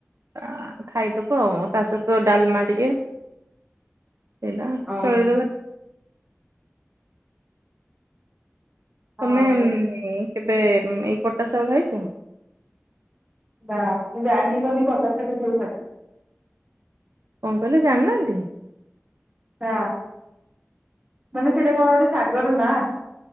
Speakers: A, on the right; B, on the right.
A: ଆ ଖାଇଦବୁ ଆଉ ତା ସହିତ ଡାଲମା ଟିକେ। ଥିଲା
B: ଓହୋ
A: ଚଳେଇଦବା। ତମେ
B: ଆଉ
A: କେବେ ଉଁ ଏଇ କଟା ସାଗ ଖାଇଛ?
B: ନା ମୁଁ ଜାଣିିବାରୁନି କଟା ଶାଗ କି ଶାଗ?
A: କଣ କହିଲେ ଜାଣିନାହାନ୍ତି?
B: ଟା ମାନେ ସେଇଟା କଣ ଗୋଟେ ଶାଗର ନାଁ?